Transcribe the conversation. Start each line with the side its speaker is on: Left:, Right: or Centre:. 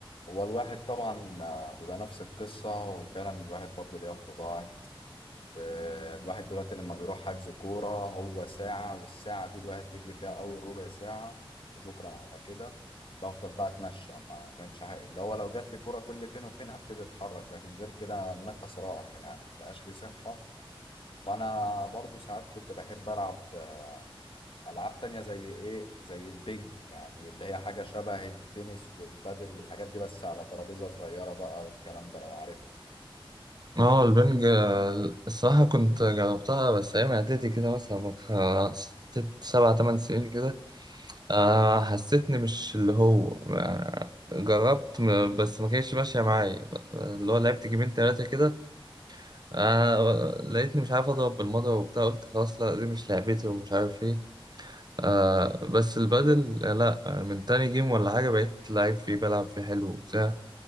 Left: هو الواحد طبعا آه، بيبقى نفس القصة وفعلا الواحد برضه ليه تضاعف والواحد دلوقتي لما بيروح حجز كورة هو ساعة والساعة دي الواحد بيجري فيها أول ربع ساعة وشكرا على كده بفضل بقى أتمشى ما بعملش حاجة اللي هو لو جات لي كورة كل فين وفين هبتدي أتحرك لكن غير كده النفس راح يعني ما بقاش فيه صحة فأنا برضو ساعات كنت بحب ألعب آه، ألعاب تانية زي إيه زي البنج يعني اللي هي حاجة شبه التنس والبادل والحاجات دي بس على ترابيزة صغيرة بقى والكلام ده لو عارفها
Right: اه البنج آه، الصراحة كنت جربتها بس أيام إعدادي كده مثلا من خ- ست سبع تمن سنين كده آه، حسيتني مش اللي هو آه، جربت م- بس ما كانتش ماشية معايا ب- اللي هو لعبت جيمين تلاتة كده آه، لقيتني مش عارف أضرب بالمضرب وبتاع قلت خلاص لا دي مش لعبتي ومش عارف إيه آه، بس البادل آه، لا آه، من تاني جيم ولا حاجة بقيت لعيب فيه بلعب فيه حلو وبتاع